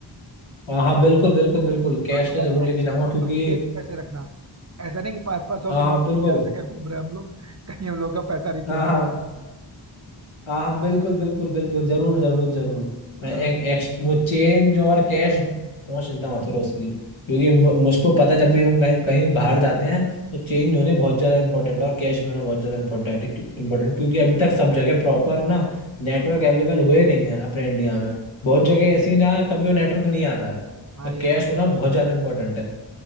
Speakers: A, on the left (about 80°); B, on the right (about 35°).
A: हाँ हाँ बिल्कुल बिल्कुल बिल्कुल कैश
B: और थोड़ा
A: तो जरूर
B: एक्स
A: लेके जाऊंगा क्योंकि
B: मतलब चेंज पैसे रखना ऐसा नहीं कि पाँच पाँच सौ
A: हाँ
B: के नोट
A: हाँ बिल्कुल
B: लेके हर जगह घूम रहे हैं हम लोग कहीं हम लोग का पैसा नहीं चेंज
A: हाँ हाँ
B: हो
A: हाँ हाँ, बिल्कुल बिल्कुल बिल्कुल जरूर जरूर जरूर
B: <laughs>
A: मैं
B: हाँ
A: एक, एक वो चेंज और कैश पहुंच चिंता मत करो उसकी क्योंकि मु- मुझको पता है जब भी हम कहीं कहीं बाहर जाते हैं तो चेंज होने बहुत ज्यादा इंपॉर्टेंट और कैश भी होना बहुत ज्यादा इंपॉर्टेंट इंपॉर्टेंट क्योंकि अभी तक सब जगह प्रॉपर ना नेटवर्क अवेलेबल हुए नहीं है अपने इंडिया में बहुत जगह ऐसी है जहाँ कभी वो नेटवर्क नहीं आता है
B: हाँ
A: तो
B: ये
A: कैश
B: तो है
A: होना बहुत ज्यादा इंपॉर्टेंट है